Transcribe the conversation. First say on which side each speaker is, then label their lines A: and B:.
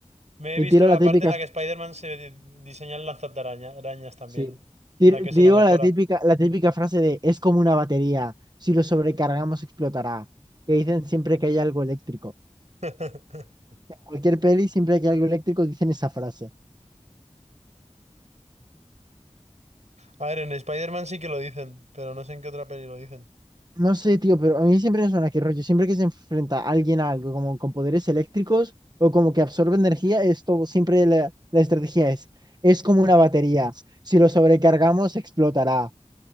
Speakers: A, on the right; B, on the right.
A: Me he
B: Y
A: visto
B: tiro
A: la
B: la típica,
A: parte en la que Spider-Man se di- diseña el araña arañas también,
B: sí, Tir-
A: en la que se
B: digo
A: lo mejora.
B: la típica, la típica frase de es como una batería, si lo sobrecargamos explotará, que dicen siempre que hay algo eléctrico.
A: <laughs>
B: En cualquier peli, siempre que hay algo eléctrico, dicen esa frase.
A: A ver, en Spider-Man sí que lo dicen, pero no sé en qué otra peli lo dicen.
B: No sé, tío, pero a mí siempre me suena que rollo, siempre que se enfrenta alguien a algo, como con poderes eléctricos o como que absorbe energía, esto siempre la la estrategia es, es como una batería, si lo sobrecargamos explotará.